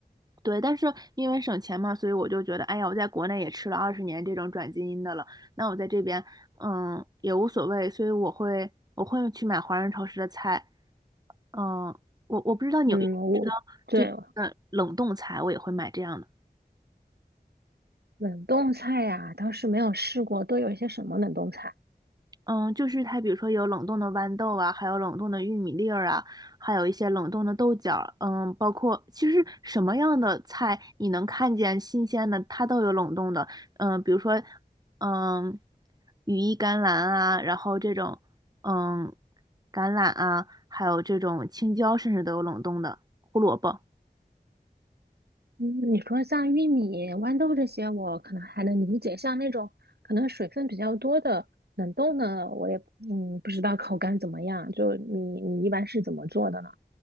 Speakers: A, on the right; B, on the right.
A: 对，但是因为省钱嘛，所以我就觉得，哎呀，我在国内也吃了二十年这种转基因的了，那我在这边，嗯，也无所谓，所以我会我会去买华人超市的菜。嗯，我我不知道你有有知道这边的冷冻菜，
B: 嗯，我对
A: 我也会买这样的。
B: 冷冻菜呀、倒是没有试过，都有一些什么冷冻菜？
A: 嗯，就是它，比如说有冷冻的豌豆啊，还有冷冻的玉米粒儿啊，还有一些冷冻的豆角儿，嗯，包括其实什么样的菜你能看见新鲜的，它都有冷冻的。嗯，比如说，嗯，羽衣甘蓝啊，然后这种，嗯，橄榄啊，还有这种青椒，甚至都有冷冻的胡萝卜。
B: 嗯，你说像玉米、豌豆这些，我可能还能理解，像那种可能水分比较多的冷冻的，我也嗯不知道口感怎么样。就你你一般是怎么做的呢？